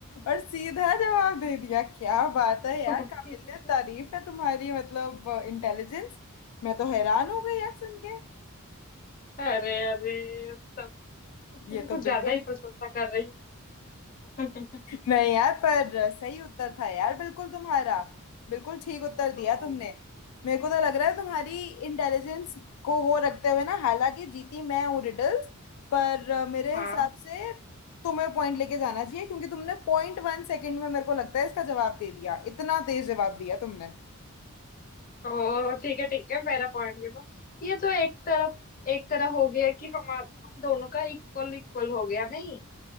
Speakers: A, on the left (about 85°); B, on the left (about 40°).
A: और सीधा जवाब दे दिया क्या बात है यार
B: <laughs>
A: काबिलियत तारीफ है तुम्हारी मतलब इंटेलिजेंस मैं तो हैरान हो गई यार सुन के
B: अरे अरे तब तुम
A: ये
B: कुछ
A: तो बिल्कुल
B: ज्यादा ही प्रशंसा कर रही हो। <laughs>
A: नहीं यार पर सही उत्तर था यार बिल्कुल तुम्हारा बिल्कुल ठीक उत्तर दिया
B: कौन
A: तुमने मेरे को तो लग रहा है तुम्हारी इंटेलिजेंस को वो रखते हुए ना हालांकि जीती मैं हूँ रिडल्स पर अ, मेरे
B: हाँ
A: हिसाब से तुम्हें पॉइंट लेके जाना चाहिए क्योंकि तुमने पॉइंट वन सेकेंड में मेरे को लगता है इसका जवाब दे दिया इतना तेज जवाब दिया तुमने
B: ओ ठीक है ठीक है मेरा पॉइंट गिनो ये तो एक तरफ एक तरह हो गया कि हम हम दोनों का इक्वल इक्वल हो गया नहीं